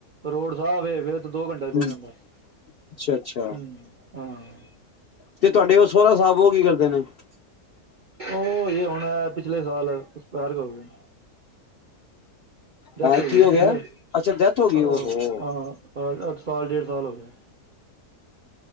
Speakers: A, on the right (about 55°); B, on the left (about 80°).
A: ਰੋਡ ਸਾਫ ਏ ਫੇਰ ਤਾਂ ਦੋ ਘੰਟੇ ਚ ਪਹੁੰਚ
B: ਅੱਛਾ-ਅੱਛਾ
A: ਜਾਂਦਾ। ਹੂੰ ਹਾਂ
B: ਤੇ ਤੁਹਾਡੇ ਉਹ ਸੋਰਾ ਸਾਹਿਬ ਉਹ ਕੀ ਕਰਦੇ ਨੇ। <unintelligible>
A: ਉਹ ਹਜੇ ਹੁਣ ਇਹ ਪਿਛਲੇ ਸਾਲ ਐਕਸਪਾਇਰ ਹੋ ਗਏ ਨੇ। ਡੈਥ
B: ਹੈਂ
A: ਹੋ ਗਈ
B: ਕੀ
A: ਹੈ ਨਾ ਪਿਛਲੇ
B: ਗਿਆ
A: ਅ
B: ਅੱਛਾ ਡੈਥ ਹੋ ਗਈ
A: ਅ
B: ਉਹਹੋ
A: ਹਾਂ ਹਾਂ ਅੱਠ ਸਾਲ ਡੇਢ ਸਾਲ ਹੋ ਗਏ।